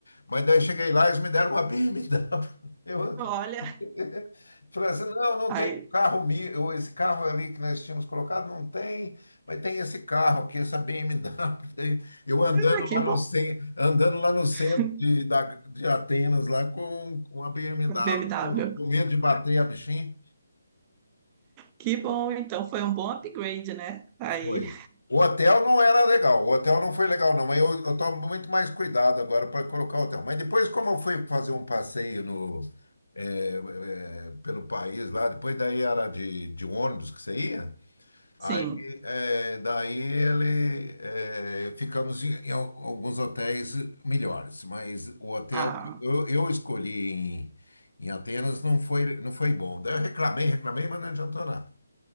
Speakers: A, on the left (about 75°); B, on the right (about 20°).
A: mas daí cheguei lá e eles me deram uma <laughs> BMW.
B: Olha,
A: <laughs> Falei assim, não, não
B: aí,
A: tem carro meu, ou esse carro ali que nós tínhamos colocado, não tem, mas tem esse carro aqui, essa BMW. <laughs> Eu
B: ah,
A: andando
B: que
A: lá
B: bom,
A: no, ce- andando lá no centro
B: <laughs>
A: de, da, de Atenas, lá com, com a BMW,
B: BMW.
A: com com medo de bater a bichinha.
B: Que bom, então foi um bom upgrade, né? Aí,
A: Foi. O hotel não era legal, o hotel não foi legal, não. mas Eu, eu tomo muito mais cuidado agora para colocar o hotel. Mas depois, como eu fui fazer um passeio no, eh, pelo país lá, depois daí era de, de ônibus que você ia.
B: sim.
A: Aí, é, daí ele, é, ficamos em, em al- alguns hotéis melhores, mas o hotel
B: Ah,
A: que eu, eu escolhi em, em Atenas não foi, não foi bom. Daí eu reclamei, reclamei, mas não adiantou nada.